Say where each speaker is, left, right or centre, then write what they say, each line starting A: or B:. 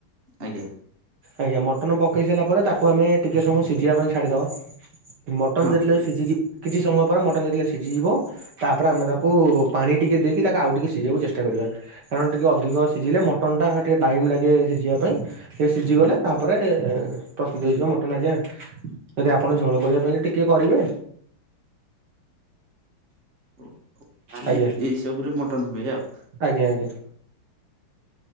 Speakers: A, on the right; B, on the right.
A: ଆଜ୍ଞା
B: ଆଜ୍ଞା ମଟନ୍ ପକେଇ ସାଇଲା ପରେ ତାକୁ ଆମେ ଟିକେ ସମୟ ସିଝିବା ପାଇଁ ଛାଡିଦବା ମଟନ୍
A: ହଁ।
B: ଯେତେବେଳେ ସିଝିଯି କିଛି ସମୟ ପରେ ମଟନ୍ ଯେତେବେଳେ ସିଜିଯିବ ତାପରେ ଆମେ ତାକୁ ପାଣି ଟିକେ ଦେଇକି ତାକୁ ଆଉ ଟିକେ ସିଜେଇଆକୁ ଚେଷ୍ଟା କରିବା। କାରଣ ଟିକେ ଅଧିକ ସିଜିଲେ ମଟନ୍ ଟା ଟିକେ ଟାଇମ୍ ଲାଗେ ସିଝିବା ପାଇଁ ସେ ସିଜିଗଲେ ତାପରେ ପ୍ରସ୍ତୁତ ହେଇଯିବ ମଟନ ଆଜ୍ଞା ଯଦି ଆପଣ ଝୋଳ କରିବା ପାଇଁ ହେଲେ ଟିକେ କରିବେ।
A: ଓ <unintelligible>
B: ଆଜ୍ଞା
A: ଏଇ ସବୁରେ ମଟନ୍ ହୁଏ ଆଉ।
B: ଆଜ୍ଞା ଆଜ୍ଞା।